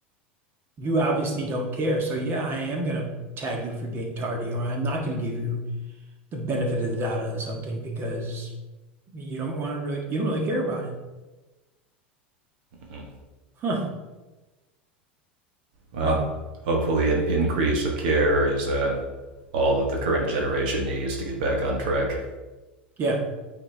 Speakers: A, on the right; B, on the right.
A: you obviously don't care. So yeah, I am going to tag you for being tardy, or I'm not going to give you the benefit of the doubt on something because you don't want to really you don't really care about it.
B: Mm-hmm.
A: Huh.
B: Well,
A: Wow.
B: hopefully, an increase of care is uh, all that the current generation needs to get back on track.
A: Yeah.